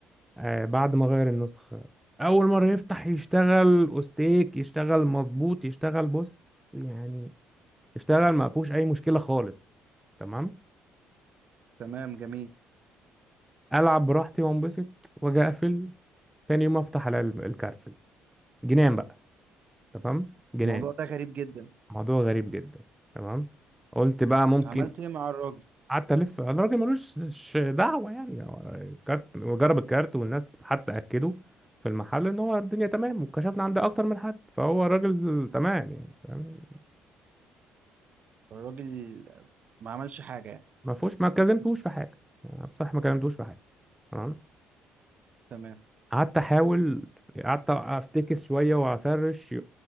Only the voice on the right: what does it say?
تمام جميل
الموضوع ده غريب جدا
عملت ايه مع الراجل
الراجل ما عملش حاجه يعني
تمام